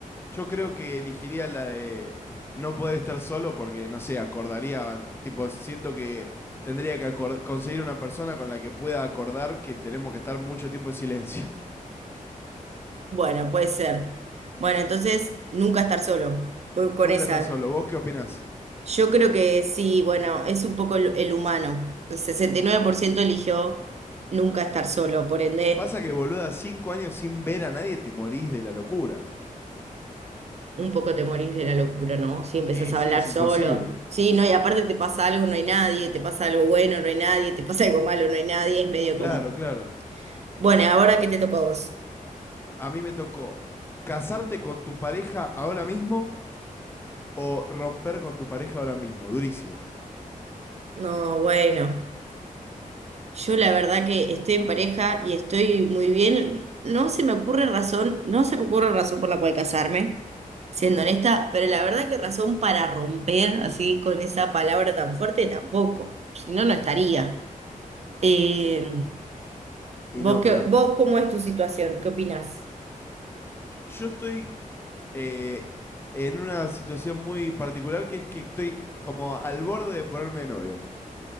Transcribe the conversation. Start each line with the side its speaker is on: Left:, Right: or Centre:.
Left: yo creo que elegiría la de no poder estar solo porque, no sé, acordaría, tipo, siento que tendría que acor- conseguir una persona con la que pueda acordar que tenemos que estar mucho tiempo en silencio. <laughs>
Right: Bueno, puede ser. Bueno, entonces nunca estar solo. Voy con
Left: Nunca
Right: esa.
Left: estar solo. ¿Vos qué opinás?
Right: Yo creo que sí, bueno, es un poco el, el humano. El 69% eligió nunca estar solo, por ende,
Left: Pasa que, boluda, cinco años sin ver a nadie te morís de la locura.
Right: un poco te morís de la locura, ¿no? Si
Left: Sí,
Right: empezás a
Left: sí,
Right: hablar
Left: es
Right: solo.
Left: imposible.
Right: Sí, no, y aparte te pasa algo, no hay nadie, te pasa algo bueno, no hay nadie, te pasa algo malo, no hay nadie, es medio
Left: Claro,
Right: como.
Left: claro.
Right: Bueno, ahora qué te tocó a vos.
Left: a mí me tocó casarte con tu pareja ahora mismo o romper con tu pareja ahora mismo. Durísimo.
Right: No, bueno. Yo la verdad que estoy en pareja y estoy muy bien. No se me ocurre razón, no se me ocurre razón por la cual casarme, siendo honesta, pero la verdad que razón para romper así con esa palabra tan fuerte tampoco. Si no, no estaría. Eh,
Left: Y
Right: ¿vos
Left: no,
Right: qué-
Left: claro.
Right: vos cómo es tu situación? ¿Qué opinás?
Left: Yo estoy eh, en una situación muy particular que es que estoy como al borde de ponerme de novio.